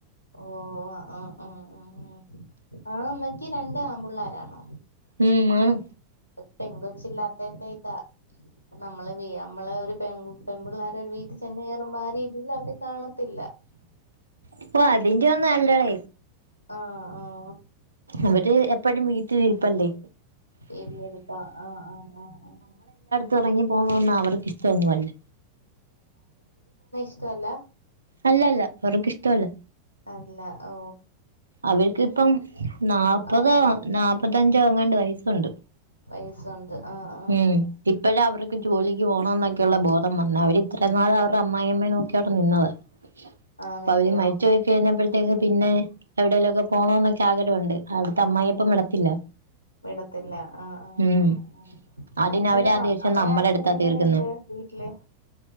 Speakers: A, on the left (about 90°); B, on the right (about 75°).
A: ഓ ആ ആ ഉ ഉ ആഹ അമ്മക്ക് രണ്ട് ആമ്പള്ളോരണോ.
B: ഉം മാണ്.
A: അത് പെൻ കൊച്ച് ഇില്ലാത്തന്റെ ഇതാ. നമ്മള് നമ്മള ഒരുെ പെൺമ്പുള്ളാര ഒരു വീട്ടിൽ. ചെന്ന് കയറുമ്പോ ആ രീതിൽ അവര് കാണത്തില്ല.
B: അപ്പൊ അതിന്റെ ഒന്നല്ലോ.
A: ആഹ് ആഹ്
B: ഇവരെ എപ്പഴും വീട്ടില് ഇരു പല്ല്.
A: ശരി എരിപ്പാ ആഹ് ആഹ് ആഹ് ആഹ
B: തുടങ്ങി പോകുന്നന്ന അവർക്ക് ഇഷ്ടമൊന്നുമല്ലേ.
A: ഇഷ്ട അല്ല
B: അല്ലല്ല അവർക്ക് ഇഷ്ടല്ല.
A: അല്ല ഓ
B: അവർക്ക് ഇപ്പം നാല്പതോ
A: ആഹ്
B: നാല്പത്തഞ്ചോ അങ്ങാണ്ട് വയസ്സുണ്ട്.
A: വയസുണ്ട് ആഹ് ആഹ്
B: ഉം
A: ആഹ്
B: ഇപ്പഴാഅവർ. ജോലിക്ക് പോകണം എന്നൊക്കെയുള്ള ബോധം വന്ന് അവര്രിത്രയും നാൾ അവരുടെ അമ്മായിമ്മെ നോക്കിയ അവിടെ നിന്നതാ.
A: ആന്നില്ലയോ
B: അപ്പ അവര് മരിച്ചുപോയി കഴിഞ്ഞപ്പോഴത്തേക്ക് പിന്നെ എവിടെേലും ഒക്കെ പോണ എന്നൊക്കെ ആഗ്രഹമുണ്ട്. അവിടുത്തെ അമ്മായിപ്പൻ
A: ആഗ്രഹമുണ്ട്
B: വിടത്തില്ല.
A: വിടത്തില്ല ആ ആ ആ.
B: ഉം അതിനവരാ
A: അച്ഛന
B: ദേഷ്യം
A: അവിടെ
B: നമ്മളെ
A: അച്ഛൻ
B: അടുത്താ
A: എങ്ങനെയുണ്ട്
B: തീർക്കുന്നെ
A: വീട്ടില്.